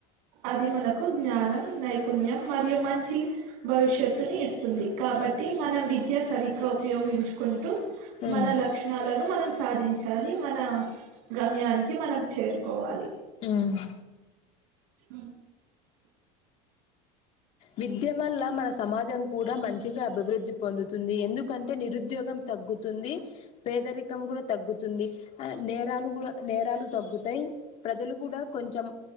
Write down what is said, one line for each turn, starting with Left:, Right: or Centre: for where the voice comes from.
Right: అది మనకు జ్ఞానం, నైపుణ్యం మరియు మంచి భవిష్యత్తునీ ఇస్తుంది. కాబట్టి మన విద్య సరిగ్గా ఉపయోగించుకుంటూ
Left: ఉమ్
Right: మన లక్షణాలను మనం సాధించాలి. మనా గమ్యానికి మనం చేరుకోవాలి
Left: ఉమ్
Right: అ
Left: విద్య వల్ల మన సమాజం కూడా మంచిగా అభివృద్ధి పొందుతుంది. ఎందుకంటే నిరుద్యోగం తగ్గుతుంది. పేదరికం గూడ తగ్గుతుంది. నేరాలు గూడా, నేరాలు తగ్గుతయి. ప్రజలు గూడా కొంచెం